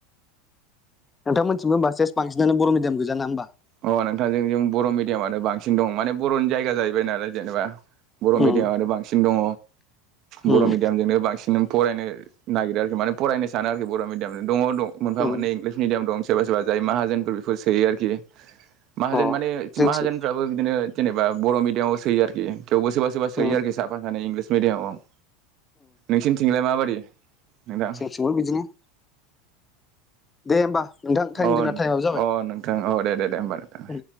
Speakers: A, on the left; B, on the right.
A: नोंथां मोनथिंबो होनबा सेस बांसिनानो बर' मिडियाम गोजा ना होनबा।
B: अ नोंथांजों जोंनिजों बर' मिडियामानो बांसिन दं माने बर'नि जायगा जाहैबाय नालाय जेनेबा बर'
A: उम
B: मिडियामानो बांसिन दङ
A: उम
B: बर' मिडियामजोंनो बांसिन फरायनो नागिरो आरोखि मानो फरायनो सानो आरोखि बर' मिडियामजों दङ दं मोनफा
A: उम
B: मोननै इंलिस मिडियाम दं सोरबा सोरबा जाय माहाजोनफोर बेफोर सोयो आरोखि
A: अ
B: माहाजोन माने
A: जोंथिं
B: माहाजोनफ्राबो बिदिनो जेनेबा बर' मिडियामाव सोयो आरोखि थवबो सोबा सोबा सोयो
A: उम
B: आरोखि साफा सानै इंलिस मेडियामाव नोंसिनिथिलाय माबादि नोंथां
A: जोंनिथिंबो बिदिनो दे होमबा नोंथां टाइम
B: अ
A: जोंना टाइमाबो जाबाय
B: अ नोंथां अ दे दे दे होमबा नोंथां दे
A: उम।